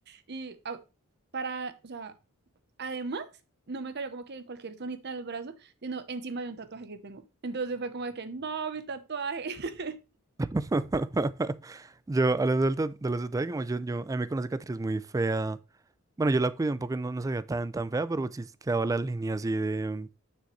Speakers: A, on the right; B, on the right.
A: Y ah, para, o sea, además, no me cayó como que en cualquier zonita del brazo, sino encima de un tatuaje que tengo. Entonces fue como de que, no, mi tatuaje. <laughs>
B: <laughs> Yo, hablando del de de los detalles, como yo, yo, a mí me conoce una cicatriz muy fea. Bueno, yo la cuidé un poco, y no, no se veía tan, tan fea, pero sí quedaba la línea así de,